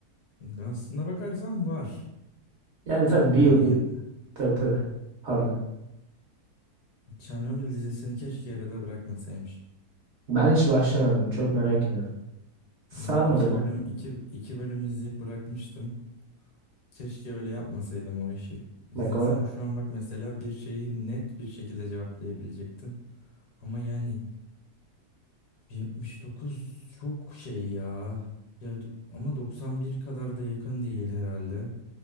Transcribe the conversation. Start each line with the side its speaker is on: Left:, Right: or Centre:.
Left: Aslında bakarsan var.
Right: Yani tabii bir
Left: Yani
Right: yıl bir...
Left: ye-
Right: Tabii tabii. Pardon.
Left: Çernobil dizisini keşke yarıda bırakmasaymışım.
Right: Ben hiç başlamadım. Çok merak ediyorum. Sarmadı
Left: Ya iki
Right: mı?
Left: bölüm iki, iki bölüm izleyip bırakmıştım. Keşke öyle yapmasaydım o işi. İzlesem
Right: Bak o...
Left: şu an bak mesela bir şeyi net bir şekilde cevaplayabilecektim. Ama yani 79 çok şey ya. Ya d- ama 91 kadar da yakın değil herhalde.